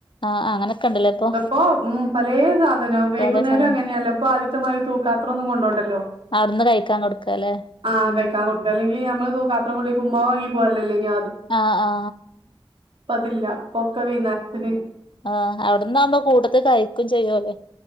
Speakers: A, on the left; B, on the right.
A: ആഹ് അങ്ങനൊക്കെ ഉണ്ടല്ലേ ഇപ്പൊ
B: പ്പോ ഉം പലേ സാധനം വൈകുന്നേരം
A: പല സാധനം
B: അങ്ങനെയാല്ലോ ഇപ്പാദ്യ ത്തമാരി തൂക്കാത്രൊന്നും കൊണ്ടോണ്ടല്ലോ
A: അവിടുന്ന് കഴിക്കാൻ കൊടുക്കാല്ലേ
B: ആ
A: ഉം
B: കഴിക്കാൻ കൊടുക്ക അല്ലെങ്കിൽ ഞമ്മള് തൂക്കാത്രം കൊണ്ടോയി പുമ്മാ വാങ്ങി പോരലല്ലേനി
A: ആ ആ
B: ഇപ്പത് ല്ല ഇപ്പൊക്കെ വൈന്നാരത്ത്ന്
A: ആഹ് ഔട്ന്നാവുമ്പോ കൂട്ടത്ത് കഴിക്കും ചെയ്യോല്